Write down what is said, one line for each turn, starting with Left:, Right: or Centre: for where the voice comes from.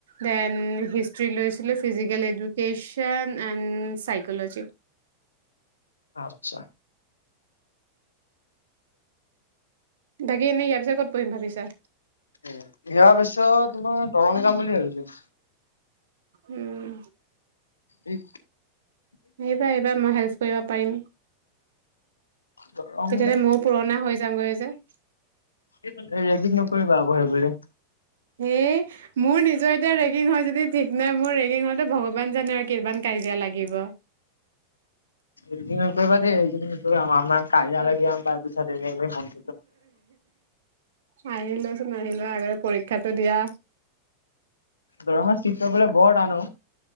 Right: দেন হিষ্টৰী লৈছিলোঁ ফিছিকেলী এডুকেশ্বন এণ্ড সাইকলযি
Left: আচ্ছা।
Right: বাকী এনেই ইয়াৰ পিছত ক'ত পঢ়িম ভাবিছা?
Left: উম ', ইয়াৰ পিছত। তোমাৰ দৰংজাম বুলি ভাবিছো।
Right: উম',
Left: এই
Right: আহিবা- আহিবা মই হেল্প কৰিব পাৰিম।
Left: দৰং
Right: তেতিয়াহ'লে মইয়ো পূৰণা হৈ যামগৈ যে।
Left: কি ৰেগিং নকৰিবা আকৌ সেইবুলি।
Right: হেই মোৰ নিজৰ এতিয়া ৰেগিং হয় যদি ঠিক নাই মোৰ ৰেগিং হয়তে ভগৱান জানে আৰু কিমান কাজিয়া লাগিব।
Left: ৰেগিং নকৰিবা -দে ৰেগিং নকৰিবা আমাৰ কাজিয়া লাগি পাচঁ বছৰ বহি থাকিব লাগিব।
Right: উম আহিলেচোন আহিলে আগতে পৰীক্ষাটো দিয়া
Left: দৰংত চিত পাবলৈ বৰ টান